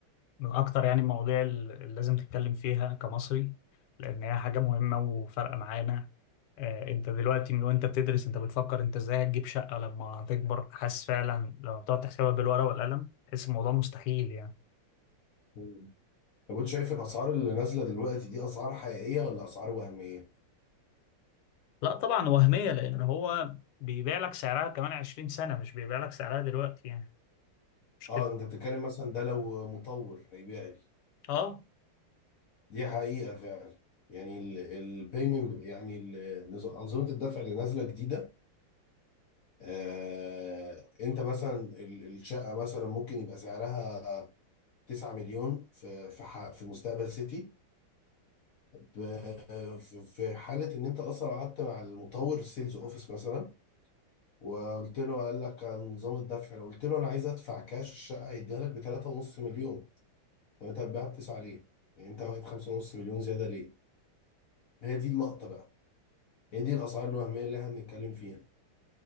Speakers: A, on the left; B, on the left.
A: من اكتر يعني المواضيع اللي لازم تتكلم فيها كمصري لان هي حاجه مهمه وفارقه معانا آه انت دلوقتي من وانت بتدرس انت بتفكر انت ازاي هتجيب شقه لما تكبر حاسس فعلا لما بتقعد تحسبها بالورقه والقلم تحس الموضوع مستحيل يعني
B: مم. طب انت شايف الاسعار اللي نازلة دلوقتي دي اسعار حقيقية ولا اسعار وهمية؟
A: لا طبعا وهميه لان هو بيبيع لك سعرها كمان 20 سنه مش بيبيع لك سعرها دلوقتي يعني مش
B: اه
A: كده
B: انت بتتكلم مثلا ده لو مطور هيبيع لي
A: اه
B: دي حقيقة فعلا يعني البيمنت يعني ال- نظ- أنظمة الدفع اللي نازلة جديدة آه انت مثلا ال- الشقة مثلا ممكن يبقى سعرها 9 مليون في في ح- في مستقبل سيتي ب- في في حاله ان انت اصلا قعدت مع المطور السيلز اوفيس مثلا وقلت له قال لك عن نظام الدفع قلت له انا عايز ادفع كاش الشقه هيديها لك ب 3.5 مليون طب انت هتبيعها ب 9 ليه؟ يعني انت واخد 5.5 مليون زياده ليه؟ هي دي اللقطه بقى هي دي الاسعار الوهميه اللي احنا بنتكلم فيها